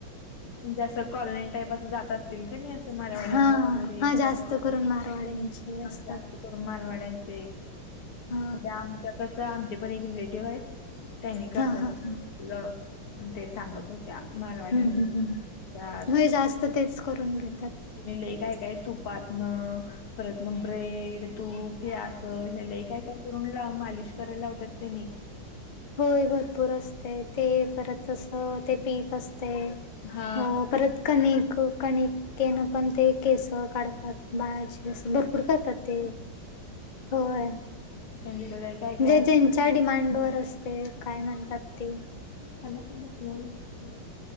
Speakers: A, on the left; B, on the left.
A: म्हणजे असं कॉलनी टाईप अस जात अस असतील का नाही असं मरावाड्यांच्या
B: हा
A: वगैरे
B: हा
A: असं
B: जास्त
A: असतात
B: करून मारवाड्यांचे असतात
A: जात. कोण मारवाड्यांचेही
B: हा
A: ते आमच्या कसं आमचे पण एक रिलेटिव्ह आहेत त्यानी
B: हा हा हा.
A: ल ते सांगत हो. त्या मालवाड्यांचे
B: हम्म हम्म
A: त्यात
B: हम्म होय जास्त तेच करून घेतात
A: मी लई काय काय तुपातनं परतन ब्रेड तूप हे अस. ह्याला काय काय करून ला मालिश करायला लावत्यात त्यांनी.
B: होय भरपूर असतय ते परत तसं ते पीठ असतय. अ
A: हा
B: परत कणिक कणिकेनं पण ते केस काढतात. बाळाची अस भरपूर करतात ते होय.
A: <unintelligible>
B: जे
A: असते
B: ज्यांच्या डिमांड वर असते काय म्हणतात ते
A: त्याला पण भुक लागली.